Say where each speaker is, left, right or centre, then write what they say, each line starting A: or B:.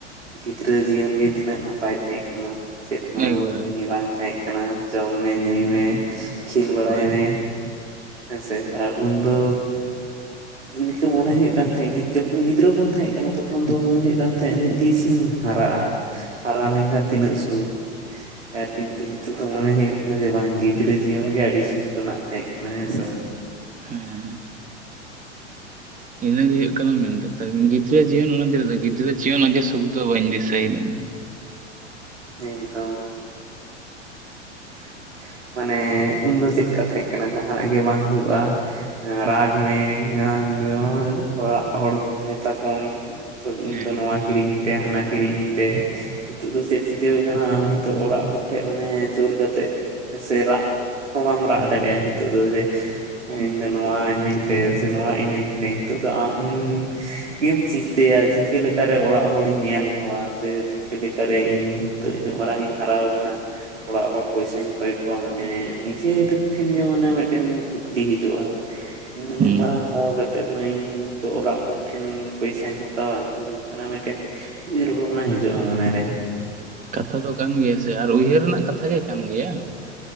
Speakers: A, on the right (about 75°); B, on the right (about 20°).
A: ᱜᱤᱫᱽᱨᱟᱹ ᱡᱤᱭᱚᱱ ᱜᱮ ᱛᱤᱱᱟᱹᱜ ᱱᱟᱯᱟᱭ ᱛᱟᱦᱮᱸ ᱠᱟᱱᱟ᱾ ᱪᱮᱫ ᱦᱚᱸ
B: ᱮᱠᱵᱟᱨᱮ
A: ᱠᱟᱹᱢᱤ ᱵᱟᱝ ᱛᱟᱦᱮᱸ ᱠᱟᱱᱟ ᱡᱚᱢ ᱢᱮ ᱧᱩᱭ ᱢᱮ᱾ ᱠᱷᱮᱞ ᱵᱟᱲᱟᱭ
B: ᱦᱳᱭ
A: ᱢᱮ! ᱦᱮᱸᱥᱮ ᱟᱨ ᱩᱱᱫᱚ ᱤᱱᱠᱟᱹ ᱢᱚᱱᱮ ᱦᱩᱭᱩᱜ ᱠᱟᱱ ᱛᱟᱦᱮᱸᱜ ᱡᱳᱠᱷᱳᱱ ᱜᱤᱫᱽᱨᱟᱹ ᱵᱚᱱ ᱛᱟᱦᱮᱸ ᱠᱟᱱᱟ ᱛᱚᱠᱷᱚᱱ ᱫᱚ ᱢᱩᱱ ᱦᱩᱭᱩᱜ ᱠᱟᱱ ᱛᱟᱦᱮᱸᱜ ᱡᱮ, ᱛᱤᱥᱤᱧ ᱦᱟᱨᱟᱜᱼᱟ ᱾ ᱦᱟᱨᱟ ᱞᱮᱱᱠᱷᱟᱱ ᱛᱤᱱᱟᱹᱜ ᱥᱩᱠ ᱦᱮᱸ ᱟᱨ ᱠᱤᱱᱛᱩ ᱱᱤᱛᱚᱜ ᱫᱚ ᱢᱚᱱᱮ ᱦᱩᱭᱩᱜ ᱠᱟᱱᱟ ᱡᱮ ᱵᱟᱝ ᱜᱤᱫᱽᱨᱟᱹᱡᱽ ᱡᱤᱭᱚᱱ ᱜᱮ ᱟᱹᱰᱤ ᱥᱩᱠ ᱨᱮᱱᱟᱜ ᱛᱟᱦᱮᱸᱜ ᱠᱟᱱᱟ ᱦᱮᱸ ᱥᱮ ᱵᱟᱝ?
B: ᱦᱮᱸ ᱤᱱᱟᱹ ᱜᱮ ᱦᱩᱭᱩᱜ ᱚᱸᱠᱟᱢᱮᱱ ᱠᱟᱛᱷᱟ, ᱜᱤᱫᱽᱨᱟᱹ ᱡᱤᱭᱚᱱ ᱚᱱᱟᱛᱮ, ᱜᱤᱫᱽᱨᱟᱹ ᱡᱤᱭᱚᱱ ᱟᱜ ᱜᱮ ᱥᱩᱠᱷ ᱫᱚ ᱵᱟᱸᱧ ᱫᱤᱥᱟᱹ ᱮᱫᱟ ᱤᱧ ᱫᱚ᱾
A: ᱮᱠᱫᱚᱢ <inaudible> ᱢᱟᱱᱮ ᱩᱱ ᱫᱚ ᱪᱮᱫ ᱠᱟ ᱛᱟᱦᱮᱸ ᱠᱟᱱᱟ ᱡᱟᱦᱟᱸᱱᱟᱜ ᱜᱮ ᱵᱟᱝ ᱦᱩᱭᱩᱜᱼᱟ? ᱨᱟᱜᱽ ᱢᱮ <unintelligible> ᱚᱲᱟᱜ ᱦᱚᱲ ᱢᱮᱛᱟ ᱠᱚᱢ ᱛᱚ ᱤᱧᱫᱚ
B: ᱦᱮᱸ
A: ᱱᱚᱣᱟ ᱠᱤᱨᱤᱧᱤᱧ ᱯᱮ, ᱦᱟᱱᱟ ᱠᱤᱨᱤᱧᱤᱧ ᱯᱮ ᱱᱤᱛᱩᱜ ᱫᱚ ᱪᱮᱫ? ᱪᱤᱠᱟᱹᱣᱟᱠᱟᱱᱟ ᱟᱢ ᱱᱤᱛᱚᱜ ᱚᱲᱟᱜ ᱦᱚᱲ ᱴᱷᱮᱡ ᱢᱟᱱᱮ ᱡᱩᱨ ᱠᱟᱛᱮᱜ, ᱥᱮ ᱨᱟᱜ ᱦᱚᱸ ᱵᱟᱢ ᱨᱟᱜ ᱫᱟᱲᱮᱭᱟᱜᱼᱟ, ᱱᱤᱛᱚᱜ ᱫᱚ, ᱡᱮ
B: ᱦᱩᱸ
A: ᱤᱧᱫᱚ ᱱᱚᱣᱟ ᱤᱢᱟᱹᱧ ᱛᱮ ᱥᱮ ᱱᱚᱣᱟ ᱤᱢᱟᱹᱧ ᱯᱮ, ᱱᱤᱛᱚᱜ ᱫᱚ ᱟᱢ ᱜᱮᱢ ᱪᱤᱸᱛᱟᱹᱭᱟ, ᱪᱤᱠᱟᱹ ᱞᱮᱠᱟᱨᱮ ᱚᱲᱟᱜ ᱦᱚᱲᱤᱧ ᱧᱮᱞ ᱠᱳᱣᱟ ᱥᱮ ᱪᱤᱠᱟᱹ ᱞᱮᱠᱟᱨᱮ? ᱤᱸᱧ ᱱᱤᱛᱚᱜ ᱤᱱᱟᱹᱜ ᱢᱟᱨᱟᱝ ᱤᱧ ᱦᱟᱨᱟᱣ ᱣᱟᱠᱟᱱᱟ, ᱚᱲᱟᱜ ᱦᱚᱲ ᱯᱚᱭᱥᱟᱧ ᱠᱚᱭ ᱠᱚᱣᱟ ᱢᱟᱱᱮ ᱱᱤᱡᱮ ᱴᱮᱫ ᱴᱷᱮᱸᱱ ᱡᱮ ᱢᱚᱱᱮ ᱢᱤᱫᱴᱮᱱ ᱠᱩᱠᱞᱤ ᱦᱤᱡᱩᱜᱼᱟ ᱤᱧ ᱱᱤᱱᱟᱹᱜ
B: ᱦᱩᱸ
A: ᱢᱟᱨᱟᱝ ᱦᱟᱨᱟᱣ ᱠᱟᱛᱮᱜ ᱦᱚᱸ ᱤᱧ ᱱᱤᱻᱛᱚᱜ ᱚᱲᱟᱜ ᱦᱚᱲ ᱴᱷᱮᱱ ᱯᱚᱭᱥᱟᱧ ᱦᱟᱛᱟᱣᱟ ᱱᱚᱜᱼᱱᱚ ᱠᱟᱱᱟ ᱢᱤᱫᱴᱮᱱ ᱩᱭᱦᱟᱹᱨ ᱵᱷᱟᱵᱽᱱᱟ ᱦᱤᱡᱩᱜᱼᱟ ᱢᱚᱱᱮᱨᱮ
B: ᱠᱟᱛᱷᱟ ᱫᱚ ᱠᱟᱱ ᱜᱮᱭᱟ ᱥᱮ, ᱟᱨ ᱩᱭᱦᱟᱹᱨ ᱨᱮᱱᱟᱜ ᱠᱟᱛᱷᱟ ᱜᱮ ᱠᱟᱱ ᱜᱮᱭᱟ,